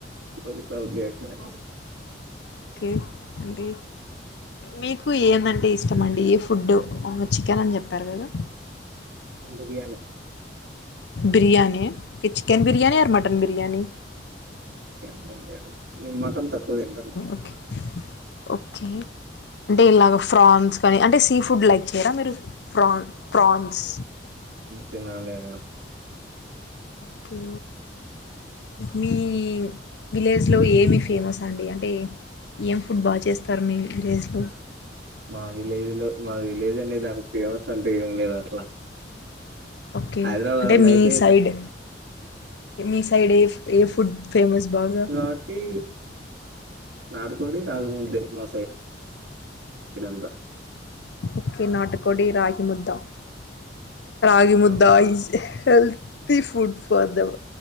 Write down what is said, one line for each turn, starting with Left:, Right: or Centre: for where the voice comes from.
Right: ఓక పెల్ పెటాను
Left: ఓకే అంటే మీకు ఏందంటే ఇష్టమ అండి ఏ ఫుడ్ చికెన్ అని చెప్పారు కదా
Right: biryani
Left: biryani chicken biryani or mutton biryani
Right: <unintelligible> నెన్ మటన్ తక్కువతింట
Left: ఓకే ఓకే డేలాగా ఫ్రాన్స్ కానీ అంటే సీ ఫుడ్ లైక్ చేయరా మీరు ప్రాన్ ప్రాన్స్
Right: తిన్నానండీ నేను
Left: ఓకే మీ విలేజ్లో ఏమి ఫేమస్ అండి అంటే ఏం ఫుడ్ బాగా చేస్తారు మీ విలేజ్లో
Right: మా విలేజ్ లో మా విలేజ్ అండి దానికి ఫేమస్ అంటే ఏం లేదు అట్లా
Left: ఓకే
Right: హైదరాబాద్
Left: అంటే
Right: లో
Left: మీ
Right: అయితే
Left: సైడ్ మీ సైడ్ ఏ ఏ ఫుడ్ ఫేమస్ బాగా
Right: లోటిీ నాటుకోడి రాగుముద్దే మా సైడ్ సైడ్ంత
Left: ఓకే నాటికోడి రాగి ముద్దా రాగి ముద్దా
Right: అవును
Left: ఇస్ హెల్ తి food for the